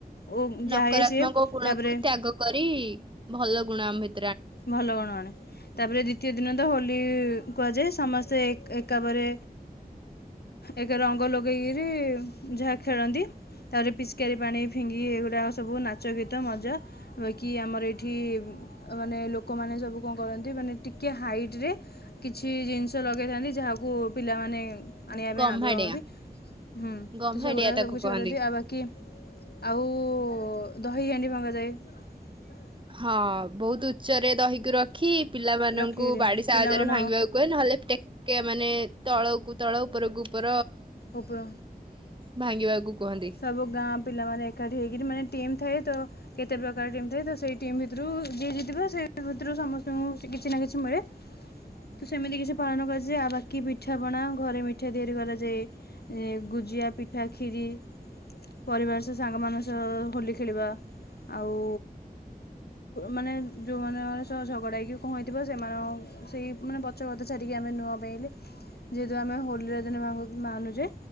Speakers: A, on the left; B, on the right.
A: ଓ
B: ନକରାତ୍ମକ
A: ଯାଏ ସିଏ
B: ଗୁଣକୁ
A: ତାପରେ
B: ତ୍ୟାଗ କରି ଭଲଗୁ ଗୁଣ ଆମ ଭି
A: ଭଲ ଗୁଣ ଆଣେ ତାପରେ ଦ୍ଵିତୀୟ ଦିନ ତ ହୋଲି କି କୁହାଯାଏ ସମସ୍ତେ ଏକା ଏକାପରେ ଏକ ରଙ୍ଗ ଲଗେଇକିରି ଯାହା ଖେଳନ୍ତି ତା ପରେ ପିଚକାରୀ ପାଣି ଫିଙ୍ଗିକି ଏଗୁଡ଼ାକ ସବୁ ନାଚ ଗୀତ ମଜା ବାକି ଆମର ଏଇଠି ବୁ ଅ ମାନେ ଲୋକମାନେ ସବୁ କଣ କରନ୍ତି ମାନେ ଟିକେ ହାଇଟ ରେ କିଛି ଜିନିଷ ଲଗେଇଥାନ୍ତି ଯାହା କୁ ପିଲାମାନେ ଆଣିବା ପାଇଁ
B: ଗମ୍ହାଡିଆ
A: ଆଗ୍ରହ ହୁଅନ୍ତି ହୁଁ
B: ଗମ୍ହାଡିଆ
A: ତ ସେଗୁଡ଼ା
B: ତାକୁ
A: ସବୁ କିଛି
B: କହନ୍ତି।
A: କରନ୍ତିି ଆଉ ବାକି ଆଉ ଦହି ହାଣ୍ଡି ଭାଙ୍ଗନ୍ତି। କୁହା ଯାଏ।
B: ହଁ ବହୁତ ଉଚ୍ଚରେ। ଦହିକୁ ରଖି ପିଲାମାନଙ୍କୁ
A: ରଖିକିରି
B: ବାଡ଼ି ସାହାଯ୍ୟରେ
A: ପିଲାମାନ
B: ଭାଙ୍ଗିବାକୁ କୁହେ ନହେଲେ ଟେକେ ମାନେ ତଳକୁ ତଳ ଉପରକୁ ଉପ
A: ଉପର
B: ଭାଙ୍ଗିବାକୁ କୁହନ୍ତି।
A: ସବୁ ଗାଁ ପିଲାମାନେ ଏକାଠି ହେଇକରି ମାନେ ଟିମ୍ ଥାଏ ତ କେତେ ପ୍ରକାର ଟିମ୍ ଥାଏ, ତ ସେଇ ଟିମ୍ ଭିତରୁ ଯିଏ ଜିତିବ ସେ ଭିତରୁ ସମସ୍ତଙ୍କୁ କିଛି ନା କିଛି ମିଳେ। ତ ସେମିତି କିଛି ପାଳନ କରାଯାଏ, ଆଉ ବାକି ପିଠାପଣା ଘରେ ମିଠା ତିଆରି କରାଯାଏ। ଗୁଜିଆ ପିଠା କ୍ଷୀରି ପରିବାର ସହ ସାଙ୍ଗମାନଙ୍କ ସହ ହୋଲି ଖେଳିବା ଆଉ ମାନେ ଯୋଉଁମାନଙ୍କ ସହ ଝଗଡ଼ା ହେଇକି କଣ ହେଇଥିବ ସେମାନ ସେଇ ମାନ ପଛକଥା ଛାଡ଼ିକି ଆମେ ନୂଆ ପାଇଲେ ଯେହେତୁ ଆମେ ହୋଲିର ଦିନ ମା ମାନୁଛେ